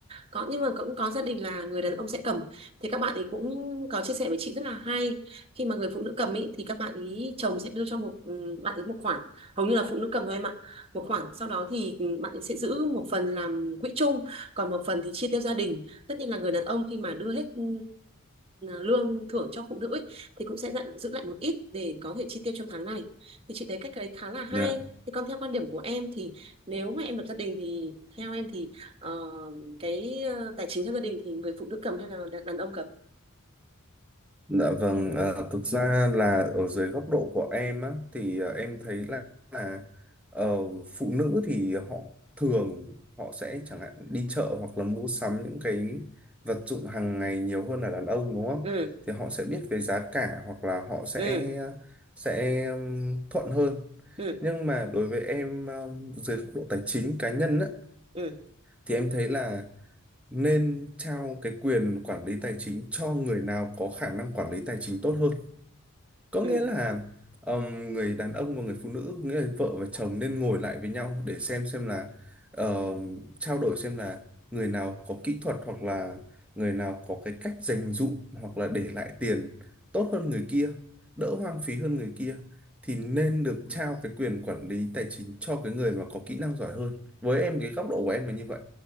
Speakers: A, on the right (about 25°); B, in the centre.
A: Có nhưng mà cũng có gia đình là người đàn ông sẽ cầm thì các bạn ấy cũng có chia sẻ với chị rất là hay. Khi mà người phụ nữ cầm ý thì các bạn ý chồng sẽ đưa cho một ừ, bạn ấy một khoản, hầu như là phụ nữ cầm thôi em ạ. Một khoản sau đó thì ừm, bạn ấy sẽ giữ một phần làm quỹ chung, còn một phần thì chia theo gia đình. Tất nhiên là người đàn ông khi mà đưa hết ừ, lương thưởng cho phụ nữ ý, thì cũng sẽ dặn, giữ lại một ít để có thể chi tiêu trong tháng này thì chị thấy cách đấy khá là hay
B: dạ.
A: thì còn theo quan điểm của em thì nếu mà em lập gia đình thì theo em thì ờ, cái ờ, tài chính trong gia đình thì người phụ nữ cầm hay là đàn, đàn ông cầm
B: Dạ vâng, à, thực ra là ở dưới góc độ của em á, thì à, em thấy là, là ờ, phụ nữ thì họ thường họ sẽ chẳng hạn đi chợ hoặc là mua sắm những cái vật dụng hàng ngày nhiều hơn là đàn ông đúng không?
A: ừ
B: Thì họ sẽ biết về giá cả hoặc là họ sẽ
A: ừ
B: sẽ ừm, thuận hơn.
A: ừ
B: Nhưng mà đối với em à, dưới góc độ tài chính cá nhân á,
A: ừ
B: thì em thấy là nên trao cái quyền quản lý tài chính cho người nào có khả năng quản lý tài chính tốt hơn có
A: ừ
B: nghĩa là ừm, người đàn ông và người phụ nữ nghĩa là vợ và chồng nên ngồi lại với nhau để xem xem là ờ, trao đổi xem là người nào có kỹ thuật hoặc là người nào có cái cách dành dụm hoặc là để lại tiền tốt hơn người kia đỡ hoang phí hơn người kia thì nên được trao cái quyền quản lý tài chính cho cái người mà có kỹ năng giỏi hơn với em cái góc độ của em là như vậy